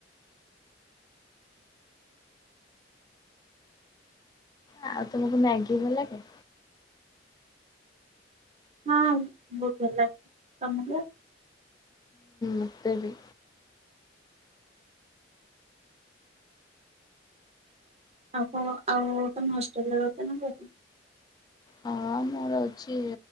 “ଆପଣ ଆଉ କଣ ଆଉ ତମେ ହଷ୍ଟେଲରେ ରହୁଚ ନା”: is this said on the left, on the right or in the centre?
Right